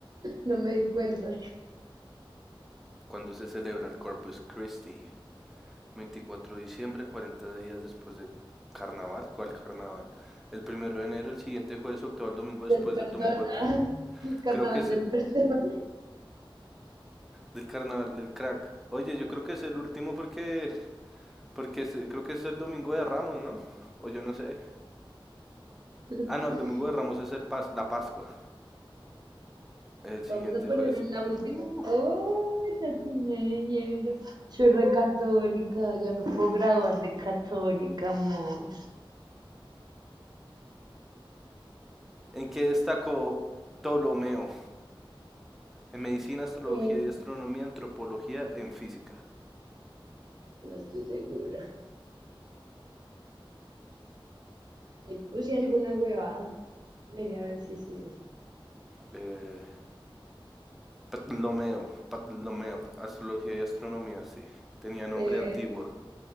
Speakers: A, on the right; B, in the centre.
A: No me di cuenta
B: ¿Cuándo se celebra el Corpus Christi? 24 de diciembre, 40 días después de carnaval. ¿Cuál carnaval? El primero de enero, el siguiente jueves, octavo, el domingo después
A: del perdón,
B: del domingo. de-
A: ah, el carnaval
B: Creo que es
A: del
B: el-
A: perdón.
B: del carnaval del crack. Oye, yo creo que es el último porque Porque es- creo que es el domingo de Ramos, ¿no? O yo no sé. Ah,
A: <laughs>
B: no, el domingo de Ramos es el pas- la Pascua. El siguiente
A: Vamos a poner
B: jueves.
A: en la última.
B: Uh,
A: Oh, tatineña, soy re católica, ya me puedo graduar de católica, amor.
B: ¿En qué destacó Ptolomeo? En medicina, astrología
A: Eh,
B: y astronomía, antropología, en física.
A: no estoy segura. Ahí puse alguna huevada. Miré a ver si sí es.
B: Eh, Ptolomeo, Ptolomeo, astrología y astronomía, sí. Tenía nombre
A: Eh,
B: antiguo.